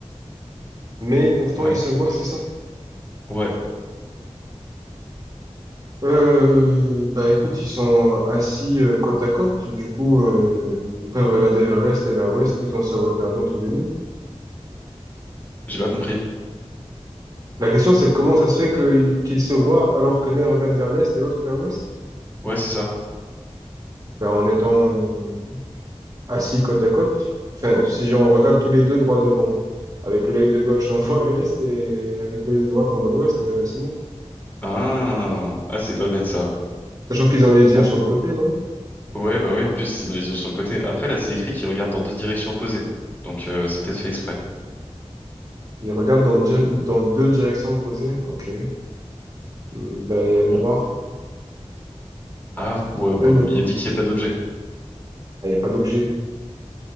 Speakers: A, on the right; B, on the left.
A: mais pourtant
B: Ouais,
A: ils se voient, c'est ça?
B: ouais,
A: Euh, bah écoute, ils sont assis euh, côte à côte, du coup euh, ils peuvent regarder vers l'est et vers l'ouest tout en se regardant tous les deux.
B: j'ai pas compris.
A: La question c'est comment ça se fait que- qu'ils se voient alors que l'un regarde vers l'est et l'autre vers l'ouest?
B: Ouais, c'est ça.
A: Ben, en étant euh, assis côte à côte. Enfin, si on regarde tous les deux droit devant, avec l'œil de gauche, on voit l'est et avec l'œil de droite, on voit l'ouest ou inversement.
B: Ah, ah, c'est pas bête ça.
A: Sachant qu'ils ont les yeux
B: Ah,
A: sur le côté, non?
B: ouais, bah oui, en plus, ils ont les yeux sur le côté. Après, là, c'est écrit qu'ils regardent dans deux directions opposées. Donc, euh, c'est peut-être fait exprès.
A: Ils regardent dans, di- dans deux directions opposées. Ok. Hmm, Ben, il y a un miroir.
B: Ah, ouais, bah,
A: Un miroir.
B: il a dit qu'il n'y a pas d'objet.
A: Ah, il n'y a pas d'objet.